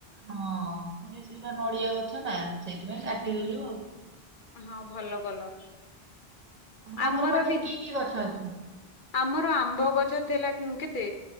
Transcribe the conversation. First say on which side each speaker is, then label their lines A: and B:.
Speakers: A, on the right (about 40°); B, on the left (about 55°).
A: ହଁ! ସେଉରା ନଡିଆ ଗଛ ନା, ସେଇଥିପାଇଁ କାଟିଦେଲୁ। ଆଉ
B: ହଁ! ଭଲ କଲ।
A: ତମ
B: ଆମର
A: ଘର ପାଖରେ
B: ବି
A: କି କି ଗଛ ଅଛି?
B: ଆମର ଆମ୍ବ ଗଛ ଥିଲା କେତେ?